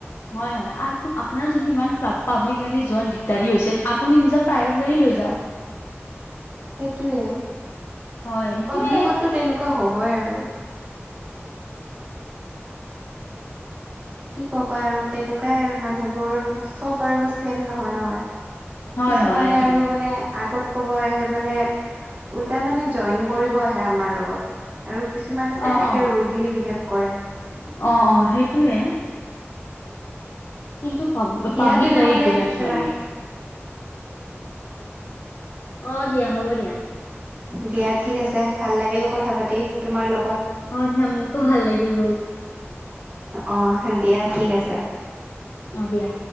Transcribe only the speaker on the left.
হয় হয় আৰু টো আপোনাৰ যদি ইমান পাব্লিক গাড়ী যোৱাত দিগদাৰী হৈছে, আপুনি নিজৰ প্ৰাইভেট গাড়ী লৈ যাওক।
হয় সেইটোয়ে
হয়
হয় এইটোয়ে
অ
অ
অ অ সেইটোয়ে। কিন্তু পাব
পাব্লিক
গাড়ীত গৈ আছো
আমি। অ দিয়া হ'ব দিয়া।
অহ দিয়া, মোকো ভাল লাগিল বহুত।
অ দিয়া।